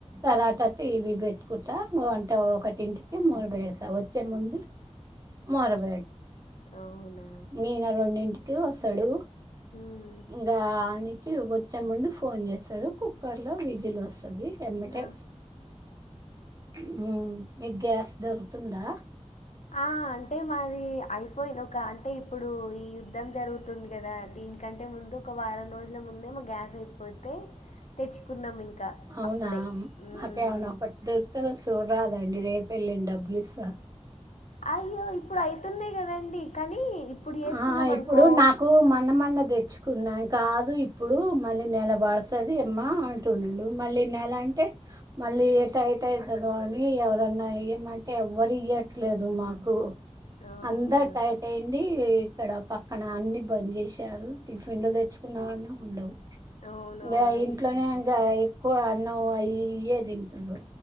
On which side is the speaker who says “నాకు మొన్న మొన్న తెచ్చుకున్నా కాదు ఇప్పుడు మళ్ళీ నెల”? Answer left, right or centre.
Right